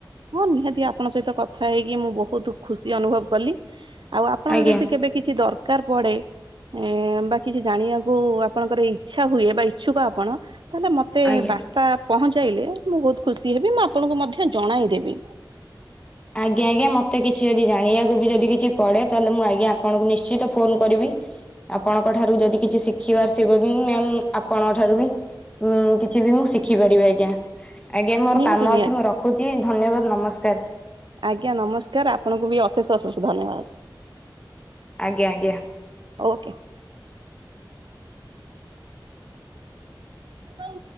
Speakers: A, on the right; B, on the left.
A: ହଁ ନିହାତି ଆପଣଙ୍କ ସହିତ କଥା ହେଇକି ମୁଁ ବହୁତ ଖୁସି ଅନୁଭବ କଲି ଆଉ ଆପଣଙ୍କର
B: ଆଜ୍ଞା
A: ଯଦି କେବେ କିଛି ଦରକାର ପଡେ ଏ ବା କିଛି ଜାଣିଆକୁ ଆପଣଙ୍କର ଇଚ୍ଛା ହୁଏ ବା ଇଚ୍ଛୁକ ଆପଣ ତାହେଲେ ମୋତେ
B: ଆଜ୍ଞା।
A: ବାର୍ତ୍ତା ପହଞ୍ଚାଇଲେ ମୁଁ ବହୁତ୍ ଖୁସି ହେବି ମୁଁ ଆପଣଙ୍କୁ ମଧ୍ୟ ଜଣାଇ ଦେବି
B: ଆଜ୍ଞା ଆଜ୍ଞା ମତେ କିଛି ଯଦି ଜାଣିଆକୁ ବି ଯଦି କିଛି ପଡେ ତାହେଲେ ମୁଁ ଆଜ୍ଞା ଆପଣଙ୍କୁ ନିଶ୍ଚିତ ଫୋନ କରିବି ଆପଣଙ୍କଠାରୁ ଯଦି କିଛି ଶିଖିବାର ଥିବ ବି ମ୍ୟାମ୍ ଆପଣଙ୍କଠାରୁ ବି ମୁଁ କି ଛି ବି ମୁଁ ଶିଖିପାରିବି ଆଜ୍ଞା ଆଜ୍ଞା ମୋର
A: ନିହାତି
B: କାମ
A: ନିହାତି
B: ଅଛି ମୁଁ ରଖୁଛି ଧନ୍ୟବାଦ ନମସ୍କାର।
A: ଆଜ୍ଞା ନମସ୍କାର ଆପଣଙ୍କୁ ବି ଅଶେଷ ଅଶେଷ ଧନ୍ୟବାଦ।
B: ଆଜ୍ଞା ଆଜ୍ଞା।
A: ଓକେ କଉ